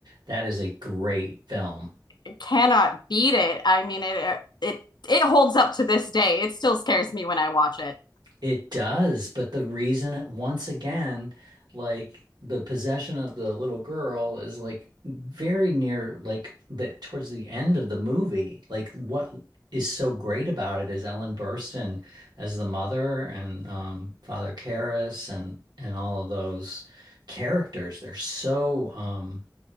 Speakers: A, on the right; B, on the left.
A: That is a great film.
B: It cannot beat it. I mean, it it it holds up to this day. It still scares me when I watch it.
A: It does, but the reason it once again, like the possession of the little girl is like very near like the towards the end of the movie. Like what is so great about it is Ellen Burstyn as the mother and um, Father Karras and and all of those characters. They're so um